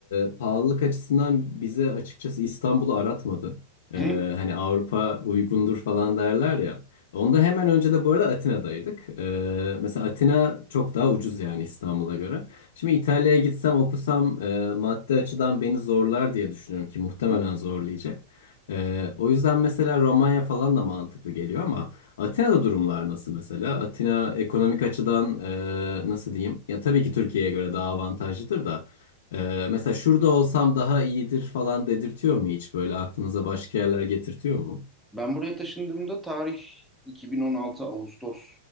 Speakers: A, on the left; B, in the centre.
A: e, pahalılık açısından bize açıkçası İstanbul'u aratmadı.
B: hı.
A: E, hani Avrupa uygundur falan derler ya. Onda hemen önce de bu arada Atina'daydık. Ee, mesela Atina çok daha ucuz yani İstanbul'a göre. Şimdi İtalya'ya gitsem okusam e, maddi açıdan beni zorlar diye düşünüyorum ki muhtemelen
B: Hı hı.
A: zorlayacak. Ee, o yüzden mesela Romanya falan da mantıklı geliyor ama Atina'da durumlar nasıl mesela? Atina ekonomik açıdan e, nasıl diyeyim? Ya tabii ki Türkiye'ye göre daha avantajlıdır da. e, mesela şurada olsam daha iyidir falan dedirtiyor mu hiç? Böyle aklınıza başka yerler getirtiyor mu?
B: Ben buraya taşındığımda tarih 2016 Ağustos